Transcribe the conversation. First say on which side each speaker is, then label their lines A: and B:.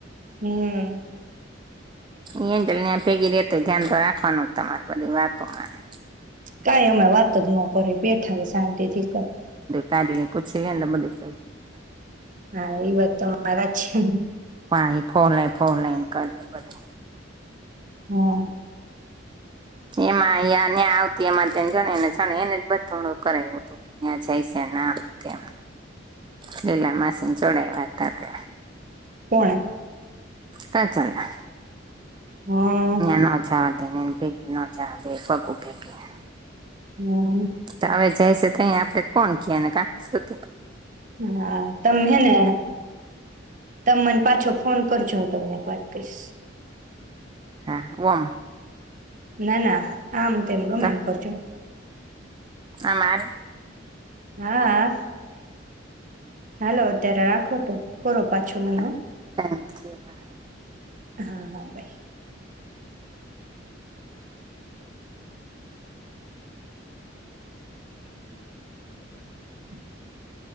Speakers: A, on the right (about 45°); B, on the right (about 25°).
A: હમ્મ.
B: અ જ ત્યા ભેગી રે તોય ધ્યાન તો રાખવાનું જ તમારે બધી વાતો માને
A: કાઈ અમે વાતજ ન કરી બેઠા શાંતિથી
B: કા લ પૂછી લે ને બધું કઈ
A: હા એ વત તો મારા જ છે.
B: હા એ ફોન લઈ ફોન લઈ કર બધું
A: હા.
B: એમાં અ ન્યાં આવતી એમાંને જાણેને જાણે એને બધ થોડું કરાવું હતું કે ત્યાં જાય છે આમ ને તેમ ને લીલા માસીને જોડાય વાતા
A: કોણે
B: કા ચાલના
A: હા
B: નો ઓછાવા ભેગ ના ચા દે ભગુ ભેગીને
A: હમ
B: તો હવે જાય છે. અહી આપણે કોણ કીએ ને કંસ્કૃતિક
A: હા તમે હે ને ત મને પાછો ફોન કર છું હું તમને <unintelligible>
B: હા વા
A: ના ના આમ તેમ ગમે
B: તો
A: આમ કરજો
B: આમાં
A: હા. હાલો અત્યારે રાખો તો કરો પાછો મને
B: આવે
A: હા.
B: ટાઈમ થયો
A: હા હા ભાઈ. <unintelligible>